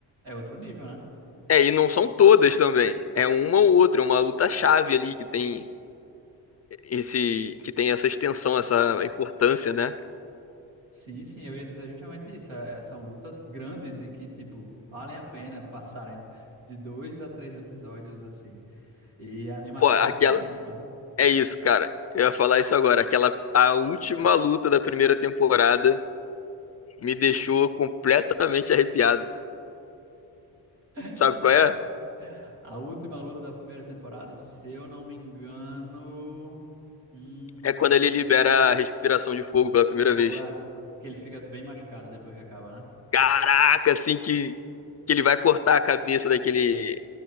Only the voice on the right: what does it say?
é outro nível, né?
Sim, sim, eu ia dizer justamente isso. É- é- são lutas grandes e que, tipo, valem a pena passarem de dois a três episódios, assim. E a animação
é lindíssima.
<laughs>
A última luta da primeira temporada, se eu não me engano. Hum,
de fogo.
É, que ele fica bem machucado depois que acaba, né?